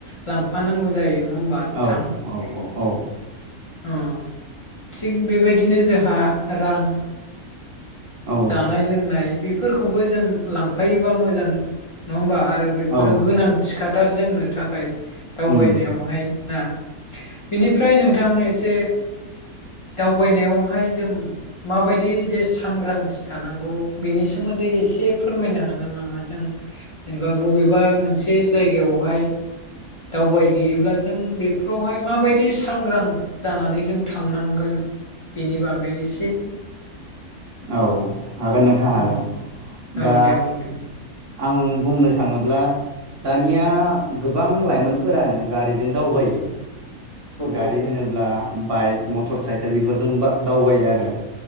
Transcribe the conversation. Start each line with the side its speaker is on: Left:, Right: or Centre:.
Left: लांफानांगौ जायो नङा होमबा नोंथां
Right: औ औ औ औ
Left: अ थिग बेबायदिनो जोंहा रां
Right: औ
Left: जानाय लोंनाय बे फोरखौबो जों लांफायोबा मोजां नङा होमबा आ बेफोरो
Right: औ
Left: गोनांथि खा थार जोंनो थाखाय दावबायनायावहाय
Right: उम
Left: ना बिनिफ्राय नोंथां एसे दावबायनायावहाय जों माबायदि जे सांग्रां थि थानांगौ बिनि सोमोन्दै एसे फोरमायनो हागोन नामा जों जेनेबा बबेबा मोन से जायगायावहाय दावबाय हैैयोब्ला जों बेफोरावहाय माबायदि सांग्रां जानानै जों थांनांगोन बेनि बागै एसे
Right: औ हागोन नोंथां
Left: उम
Right: हागोन
Left: औ
Right: दा
Left: दे बुंदो
Right: आं बुंनो थाङोब्ला दानिया गोबां लाइमोनफोरानो गारिजों दावबायो गारि
Left: औ
Right: होनोब्ला बाइक मटर साइकेल बेफोरजों दावबायो आरो